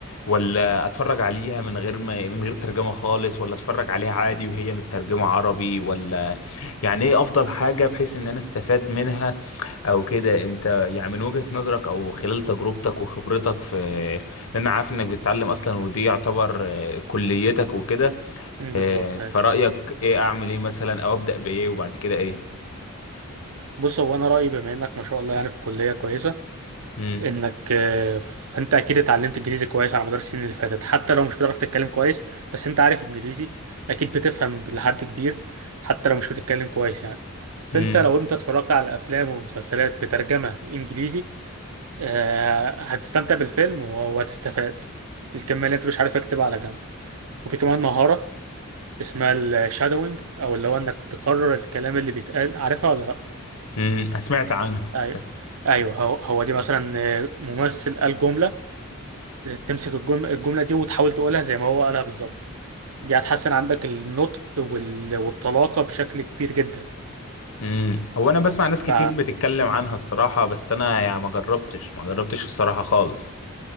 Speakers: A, on the left; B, on the right.
A: ولا اتفرج عليها من غير ما من غير ترجمه خالص ولا اتفرج عليها عادي وهي مترجمه عربي ولا يعني ايه افضل حاجه بحيث ان انا استفاد منها او كده انت يعني من وجهة نظرك او خلال تجربتك وخبرتك في لان انا عارف انك بتتعلم اصلا ودي يعتبر آه، كليتك وكده
B: مم، بالظبط
A: آه، فرأيك
B: هاي
A: ايه اعمل ايه مثلا او ابدأ بايه وبعد كده ايه
B: بص هو أنا رأيي بما إنك ما شاء الله يعني في كلية كويسة
A: امم
B: انك آه، فانت اكيد اتعلمت انجليزي كويس على مدار السنين اللي فاتت حتى لو مش بتعرف تتكلم كويس بس انت عارف انجليزي اكيد بتفهم لحد كبير حتى لو مش بتتكلم كويس يعني فانت
A: امم
B: لو انت اتفرجت على افلام ومسلسلات بترجمة انجليزي آه، هتستمتع بالفيلم وه- وهتستفاد الكمية اللي انت مش عارف اكتبها على جنب وفي كمان مهارة اسمها الشادوينج او اللي هو انك تكرر الكلام اللي بيتقال عارفها ولا لا
A: امم سمعت عنها
B: ايوه
A: بس
B: ايوه هو هو دي مثلا آه، ممثل قال جملة تمسك الجملة, الجملة دي وتحاول تقولها زي ما هو قالها بالظبط دي هتحسن عندك النطق وال... والطلاقة بشكل كبير جدا
A: امم هو انا بسمع ناس كتير
B: ف
A: بتتكلم عنها الصراحة بس انا يعني ما جربتش ما جربتش الصراحة خالص